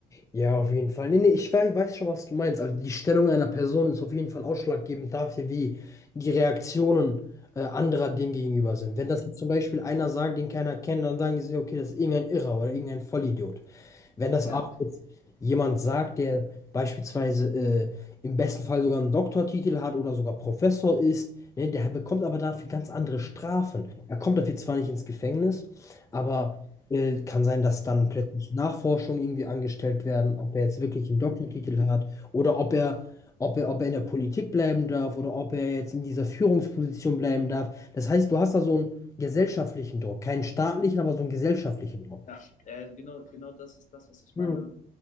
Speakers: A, on the left; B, on the left.
A: Ja, auf jeden Fall. Nee, nee, ich weiß, weiß schon, was du meinst. Also die Stellung einer Person ist auf jeden Fall ausschlaggebend dafür, wie die Reaktionen äh, anderer dem gegenüber sind. Wenn das jetzt zum Beispiel einer sagt, den keiner kennt, dann sagen die sich, okay, das ist irgendein Irrer oder irgendein Vollidiot. Wenn das
B: Ja,
A: aber jetzt jemand sagt, der beispielsweise äh, im besten Fall sogar einen Doktortitel hat oder sogar Professor ist, ne, der bekommt aber dafür ganz andere Strafen. Er kommt dafür zwar nicht ins Gefängnis, aber äh, kann sein, dass dann plötzlich Nachforschungen irgendwie angestellt werden, ob er jetzt wirklich einen Doktortitel hat oder ob er, ob er, ob er in der Politik bleiben darf oder ob er jetzt in dieser Führungsposition bleiben darf. Das heißt, du hast da so einen gesellschaftlichen Druck, keinen staatlichen, aber so einen gesellschaftlichen Druck.
B: ja, äh, genau, genau das ist das, was ich
A: Hm.
B: meine.